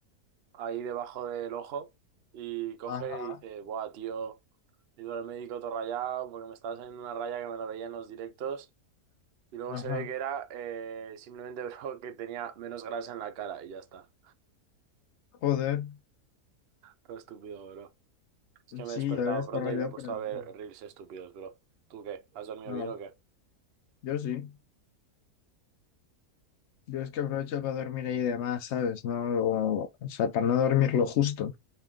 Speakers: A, on the right; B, on the left.
A: ahí debajo del ojo. Y coge
B: Ajá,
A: y dice, buah, tío. He ido al médico todo rayado porque me estaba saliendo una raya que me la veía en los directos. Y luego
B: ajá.
A: se ve que era eh, simplemente, <laughs> bro, que tenía menos grasa en la cara y ya está.
B: Joder,
A: Todo estúpido, bro. Es que
B: sí,
A: me he despertado
B: ya ves,
A: pronto
B: corro
A: y
B: yo,
A: me he puesto
B: pero no.
A: a ver reels estúpidos, bro. ¿Tú qué? ¿Has dormido
B: no,
A: bien o qué?
B: yo sí. Yo es que aprovecho para dormir ahí de más, ¿sabes? No, o, o sea, para no dormir lo justo.